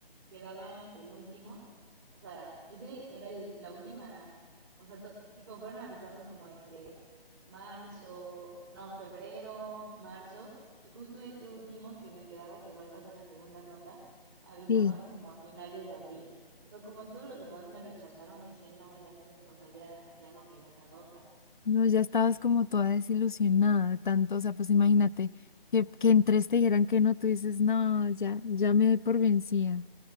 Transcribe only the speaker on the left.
Sí,
no, ya estabas como toda desilusionada de tanto, o sea, pues imagínate que, que en tres te dijeran que no, tú dices, no, ya, ya me doy por vencida.